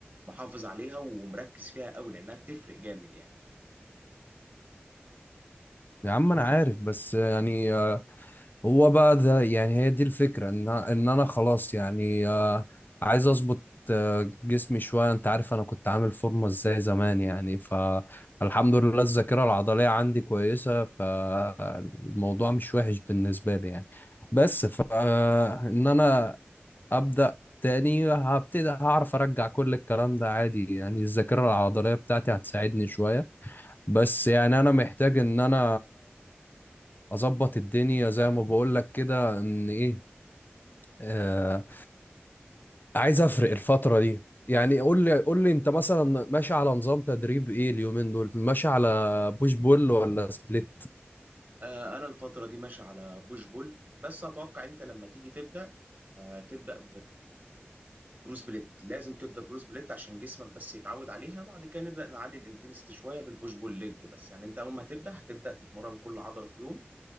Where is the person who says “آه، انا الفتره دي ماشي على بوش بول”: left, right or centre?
Right